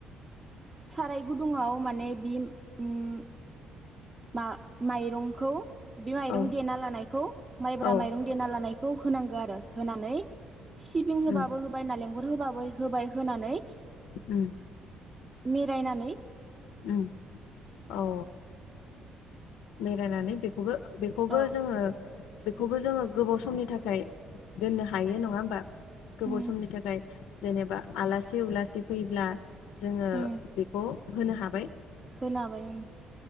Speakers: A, on the right; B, on the left.
A: साराय गुदुङाव माने बि ओम मा माइरंखौ बे माइरं
B: औ
A: देना लानायखौ माइब्रा
B: औ
A: माइरं देना लानाय खौ होनांगो आरो होनानै सिबिं होबाबो
B: उम
A: होबाय नालेंखर होबाबो होबाय होनानै
B: ओम।
A: मेरायनानै
B: ओम औ। मेरायनानै बेखौबो बेखौबो
A: अ
B: जोङो बेखौबो जोङो गोबाव समनि थाखाय दोननो हायो नङा होमबा गोबाव
A: उम
B: समनि थाखाय। जेनेबा आलासि उलासि फैब्ला जोङो
A: उम
B: बेखौ होनो हाबाय।
A: होनो हाबाय ओं।